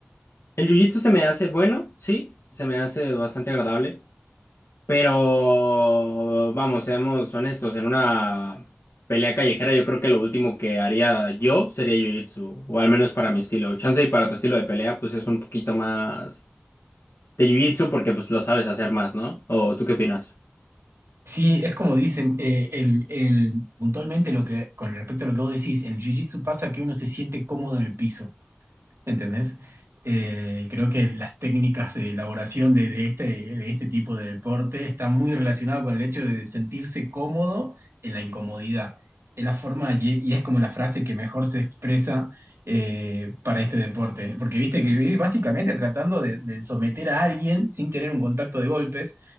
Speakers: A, on the left (about 85°); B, on the right (about 90°).
A: el jiu-jitsu se me hace bueno, sí, se me hace bastante agradable. Pero, vamos, seamos honestos, en una pelea callejera yo creo que lo último que haría yo sería jiu-jitsu, o al menos para mi estilo. Chance y para tu estilo de pelea, pues es un poquito más de jiu-jitsu porque pues lo sabes hacer más, ¿no? ¿O tú qué opinas?
B: Sí, es como dicen, eh, el, el- puntualmente lo que, con respecto a lo que vos decís, en el Jiu-Jitsu pasa que uno se siente cómodo en el piso. ¿entendés? Eh, creo que las técnicas de elaboración de, de este, de este tipo de deporte está muy relacionado con el hecho de sentirse cómodo en la incomodidad. Es la forma y, y es como la frase que mejor se expresa eh, para este deporte. Porque viste que vive básicamente tratando de, de someter a alguien sin tener un contacto de golpes.